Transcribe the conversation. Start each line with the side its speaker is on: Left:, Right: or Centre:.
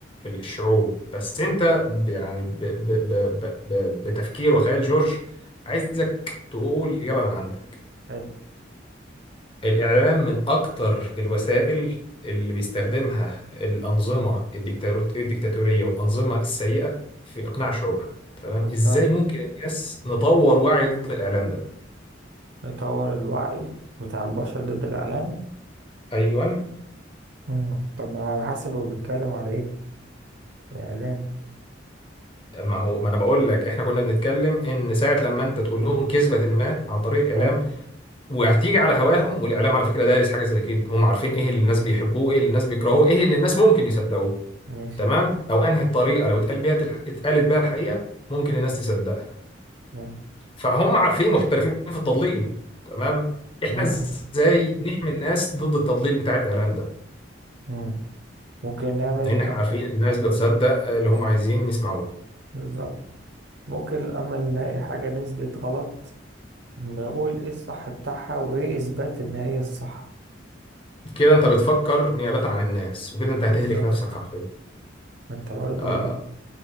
Left: الشعوب بس أنت ب- يعني ب ب ب ب ب بتفكير وخيال جورج عايزك تقول إجابة من عندك
Right: حلو
Left: الإعلام من أكتر الوسائل اللي بيستخدمها الأنظمة الديكتاتور- الديكتاتورية والأنظمة السيئة في إقناع شعوبها تمام
Right: بالظبط
Left: إزاي ممكن الناس نطور وعي ضد الإعلام ده
Right: نطور الوعي بتاع البشر ضد الإعلان
Left: أيوة
Right: مم. طب ما هو على حسب هو بيتكلم على ايه الإعلان
Left: ما هو ما أنا بقول لك إحنا كنا بنتكلم إن ساعة لما أنت تقول لهم كذبة ما عن طريق الإعلام
Right: حلو
Left: وهتيجي على هواهم والإعلام على فكرة دارس حاجة زي كده هم عارفين إيه اللي الناس بيحبوه إيه اللي الناس بيكرهوه إيه اللي الناس ممكن يصدقوه
Right: ماشي
Left: تمام أو أنهي الطريقة لو اتقال بيها اتقالت بيها الحقيقة ممكن الناس تصدقها
Right: اه
Left: فهم عارفين محترفين في التضليل تمام احنا
Right: آه.
Left: ازاي نحمي الناس ضد التضليل بتاع الاعلان ده
Right: مم. ممكن نعمل
Left: لان احنا عارفين الناس بتصدق اللي هم عايزين يسمعوه
Right: بالظبط ممكن أما نلاقي حاجة نزلت غلط نقول ايه الصح بتاعها وايه اثبات ان هي الصح
Left: كده انت بتفكر نيابة عن الناس وكده انت
Right: بالظبط
Left: هتهلك نفسك حرفيا
Right: ما انت برضو
Left: آه